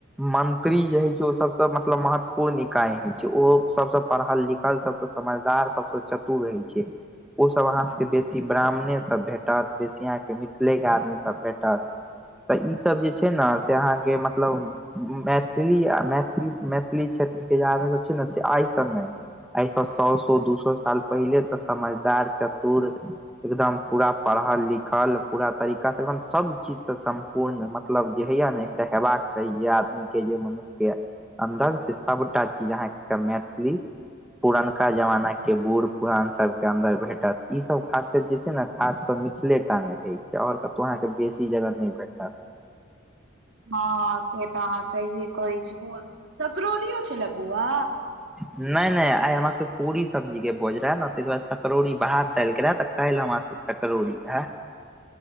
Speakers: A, in the centre; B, on the right.
A: मंत्री जे होइ छै ओ सबसँ मतलब महत्वपूर्ण इकााय हइ छै ओ सबसँ पढ़ल लिखल सबस‌। समझदार सबसँ चतुर रहै छै ओ
B: हँ
A: सब अहाँ सब के बेसी ब्राह्मणे सब भेट। भेटत बेसिया के मिथिले के आदमी सब भेटत। तऽ ई सब जे छै न से अहाँके मतलब। मैथिली मैथिल मैथिली क्षेत्र के जे आदमी सब छै ने से आइ सब नहि। एहिऐस सए सए दू सए साल पहिलेसँ समझदार चतुर। एकदम पूरा पढ़ल लिखल पूरा तरीका से एकदम सब चीजसँ। पूर्ण मतलब जे होइया ने एकटा हेबाक चाही जे आदमीके जे मनुष्यके। अन्दर से सबटा चीज अहाँके मैथिली। पुरनका
B: हँ
A: जमाना के बूढ़ पुरान सब। के अन्दर भेटत ई सब खासियत जे छै ने खास कऽ मिथिलेटा मे रहै छै आओर। तऽ अहाँके बेसी जगह नहि भेटत।
B: हँ से तऽ हह कहि कह छीये बउआ सकरोरीयो छलै बउआ।
A: नहि नहि आइ हमरा सबके पूरी सब्जी के भोज रहे न ताहि दुआरे सकरौरी भात दालि गेल रहे तऽ काल्हि हमरा सब। सकरोड़ी है।